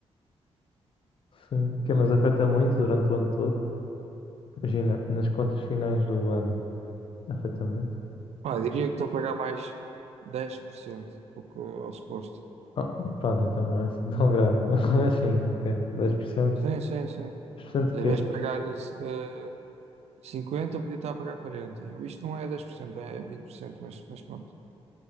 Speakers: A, on the left; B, on the right.
A: sim. Que, é, mas afeta muito durante o ano todo. Imagina, nas contas finais do ano, afeta muito.
B: Ah, eu diria que estou a pagar mais 10% do que ao suposto.
A: Ah, pronto, então não é assim tão grave. <laughs> Mas sim, ok. dez por cento
B: Sim, sim, sim.
A: dez por cento
B: Em
A: que
B: vez
A: é.
B: de pagar eh, 50, eu podia estar a pagar quarenta Isto não é dez por cento é vinte por cento mas, mas pronto.